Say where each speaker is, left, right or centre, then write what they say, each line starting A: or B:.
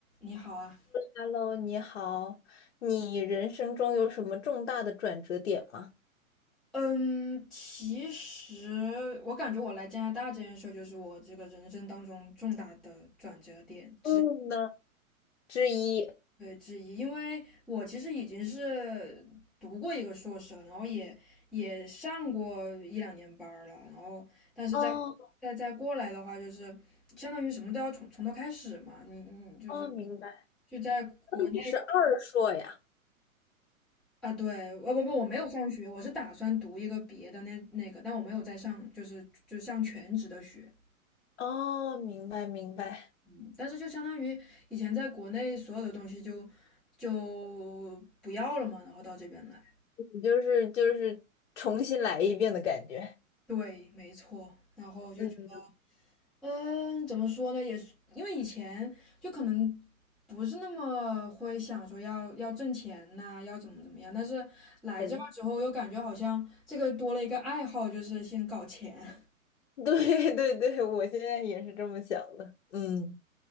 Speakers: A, in the centre; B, on the left (about 55°).
A: 你好啊，
B: Hello，你好，你人生中有什么重大的转折点吗？
A: 嗯，其实我感觉我来加拿大这件事儿就是我这个人生当中重大的转折点之
B: 嗯呢，之一。
A: 对之一，因为我其实已经是读过一个硕士了，然后也也上过一两年班儿了，然后但是在在在过来的话，
B: 哦
A: 就是相当于什么都要从从头开始嘛，你你就是
B: 哦，明白。
A: 就在国内。
B: 那你是二硕呀？
A: 啊，对，我不不，我没有上学，我是打算读一个别的那那个，但我没有在上，就是就是上全职的学，
B: 哦，明白明白，
A: 嗯，但是就相当于以前在国内所有的东西就就不要了嘛，然后到这边来，
B: 你就是就是重新来一遍的感觉。
A: 对，没错，然后就觉得，
B: 嗯，
A: 嗯，怎么说呢，也是因为以前就可能不是那么会想说要要挣钱呐、要怎么怎么样，但是来这儿之后又感觉好像这个多了一个爱好，
B: 对
A: 就是先搞钱。
B: <laughs> 对对对，我现在也是这么想的。嗯